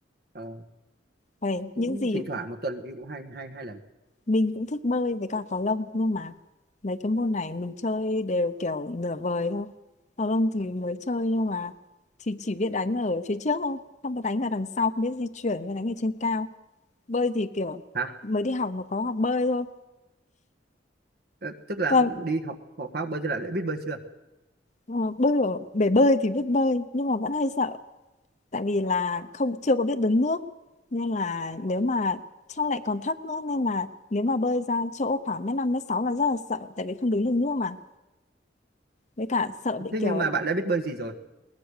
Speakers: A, on the right (about 55°); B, on the left (about 40°).
A: Ờ,
B: Vậy
A: cũng
B: những gì
A: thỉnh thoảng một tuần đi cũng hai hai hai lần
B: mình cũng thích bơi với cả cầu lông nhưng mà mấy cái môn này mình chơi đều kiểu nửa vời thôi. Cầu lông thì mới chơi nhưng mà thì chỉ biết đánh ở phía trước thôi, không có đánh vào đằng sau, không biết di chuyển và đánh ở trên cao. Bơi thì kiểu
A: hả
B: mới đi học mà có học bơi thôi.
A: Ờ, tức là
B: Còn
A: đi học học khóa bơi tức lại đã biết bơi chưa
B: Ờ, bơi ở bể bơi thì biết bơi nhưng mà vẫn hay sợ tại vì là không chưa có biết đứng nước nên là nếu mà trong lại còn thấp nữa nên là nếu mà bơi ra chỗ khoảng mét năm mét sáu là rất là sợ tại vì không đứng được nước mà với cả sợ bị
A: thế
B: kiểu
A: nhưng mà bạn đã biết bơi gì rồi